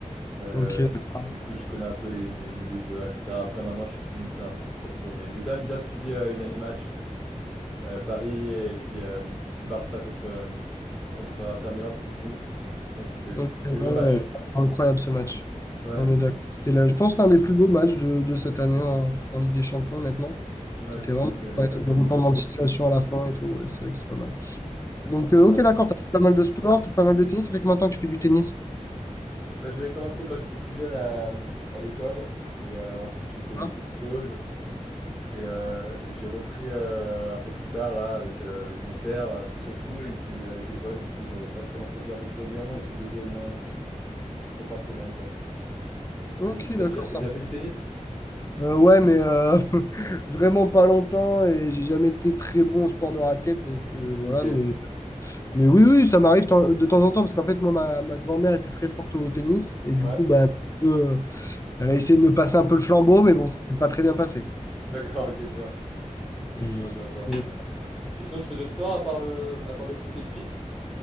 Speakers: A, in the centre; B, on the left.
A: Euh,
B: ok, d'accord.
A: du coup, je connais un peu les, les noms des joueurs, etc. Après, maintenant, je suis plus non plus un pro pro pro. Mais j'ai quand même bien suivi euh, les derniers matchs. Euh, Paris et puis, euh, et puis Barça contre, euh, contre Inter Milan, c'était fou. J'ai bien kiffé.
B: Ok,
A: C'était
B: ouais,
A: des beaux
B: ouais,
A: matchs.
B: ouais, incroyable ce match.
A: Ouais,
B: On est d'accord. C'était là, je pense l'un des plus beaux matchs de, de cette année en, en Ligue des Champions, honnêtement.
A: ouais,
B: C'était
A: c'était
B: vraiment
A: vraiment de,
B: incroyable,
A: c'était la folie.
B: le retournement de situation à la fin et tout. ouais, c'est vrai que c'est pas mal. Donc, euh,
A: Ouais.
B: ok, d'accord, t'as fait pas mal de sport, t'as pas mal de tennis. Ça fait que maintenant que tu fais du tennis.
A: Bah, j'avais commencé quand j'étais plus jeune à, à l'école. Et euh, ensuite, j'ai fait une
B: hein
A: petite pause. Et, heu et j'ai repris, heu, un peu plus tard là avec, heu, avec mon père, heu, ça surtout et puis, heu, avec des potes du coup je là je commence à jouer un peu plus régulièrement, j'essaie de jouer au moins une fois par semaine quoi. C'est ce
B: Ok,
A: que j'essa tu
B: d'accord,
A: déjà t'as
B: ça.
A: déjà fait du tennis?
B: Euh, ouais, mais euh, <laughs> vraiment pas longtemps et j'ai jamais été très bon au sport de raquette, donc euh, voilà,
A: OK.
B: mais Mais oui, oui, ça m'arrive ten- de temps en temps, parce qu'en fait, moi, ma, ma grand-mère était très forte au tennis, et
A: Ouais,
B: du coup, bah, un peu, euh, elle a essayé de me passer un peu le flambeau, mais bon, ça s'est pas très bien passé.
A: d'accord, OK, je vois.
B: Hmm.
A: Je vois, je vois, je vois.
B: Mais,
A: Et sinon tu fais d'autres sports à part le à part le foot et le fit